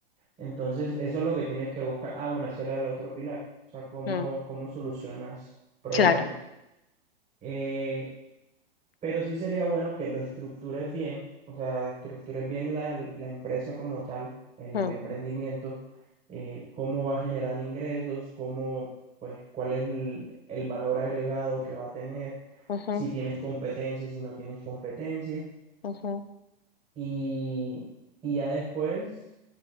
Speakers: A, on the right (about 25°); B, on the left (about 80°).
A: Entonces, eso es lo que tienes que buscar. Ah, bueno, ese era el otro pilar. O sea, cómo,
B: Mm,
A: cómo solucionas problemas.
B: claro.
A: Eh, pero sí sería bueno que lo estructures bien, o sea, estructures bien la, la empresa como tal, el
B: Mm,
A: emprendimiento, eh, cómo va a generar ingresos, cómo, pues, cuál es el, el valor agregado que va a tener,
B: ujú,
A: si tienes competencia, si no tienes competencia.
B: ujú,
A: Y, y ya después,